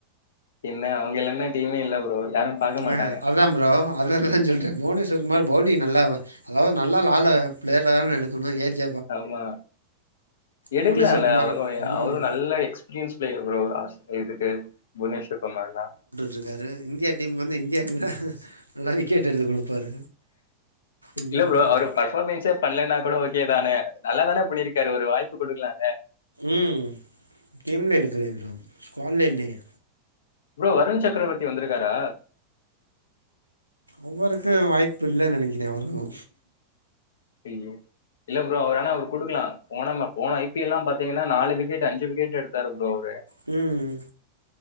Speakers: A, on the left; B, on the right.
A: என்ன அவிங்க இல்லனா டீமே இல்ல ப்ரோ பாக்க
B: என்ன
A: மாட்டாங்க
B: அதா ப்ரோ அத தா சொல்றே புவனேஸ்வர் குமார் பவுலிங் நல்லா அதாவ்து நல்லா லால ப்ளேயர்ல தானே எடுக்கணு ஏஜ்ஜ
A: ஆமா எடுக்லால்ல
B: புவனேஸ்வர் குமாரன்
A: அவுரு
B: ம்
A: அவுரு நல்ல எக்ஸ்பீரியன்ஸ் ப்ளேயர் ஃப்ரோ ஆஸ் இதுக்கு புவனேஷ்வ குமார் தா
B: இருக்காரு இந்தியா டீம்க்கு வந்து இந்தியாக்கு தா நல்லா விக்கெட் எடுத்து குடுப்பாரு ம்
A: இல்ல ப்ரோ அவுரு பர்ஃபாமென்ஸ்ஸே பண்லேனா கூட ஓகே தானே நல்லா தானே பண்ணிருக்காரு ஒரு வாய்ப்பு குடுக்லால
B: ம் டீம்ல எடுக்கலயே ப்ரோ ஸ்காட்லயே இல்லயே
A: ப்ரோ வருண் சக்கரவர்த்தி வநதுருக்காரா
B: அவருக்கு வாய்ப்பு இல்லன் நெனக்கிறே அவருக்கு
A: ஐயோ இல்ல ப்ரோ அவர் ஆனா அவர் குடுக்லா போனம்மா போன ஐ பி எல் லா பாத்தீங்கன்னா நாலு விக்கெட்டு அஞ்சு விக்கெட் எடுத்தாரு ப்ரோ அவரு
B: ம்